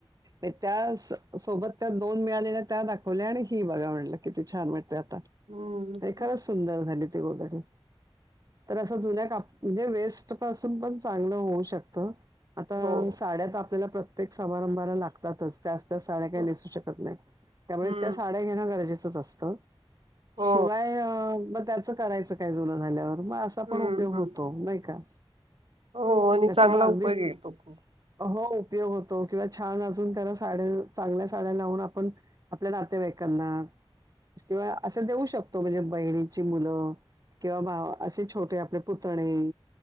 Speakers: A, on the right; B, on the right.
A: <unintelligible> त्या स सोबत त्या दोन मिळालेल्या त्या दाखवल्या आणि ही बघा म्हटलं कीती च छान मिळत्यात
B: हम्म.
A: खरं सुंदर झाली ते वगैरे तर असं जुन्या का म्हणजे वेस्ट पासून पण चांगलं होऊ शकतं. आता
B: हो
A: साड्या त आपल्याला प्रत्येक समारंभाला लागतातच. त्याच त्या साड्या काही
B: हो
A: नसू शकत नाही, त्यामुळे
B: हम्म
A: त्या साड्या घेणं गरजेचंच असतं.
B: हो
A: शिवाय अ म त्याचं करायचं काय जुन झाल्यावर? म असा
B: हम्म
A: पण उपयोग होतो
B: हम्म
A: नाही का?
B: हो आणि
A: त्याचं
B: चांगला
A: मग अगदीच
B: उपयोग आहे तो खूप
A: अ हो उपयोग होतो किंवा छान अजून त्याना साड्या, चांगल्या साड्या लावून आपण आपल्या नातेवाईकांना किंवा असं देऊ शक तो म्हणजे बहिणीची मुलं किंवा भा असे छोटे आपले पुतणे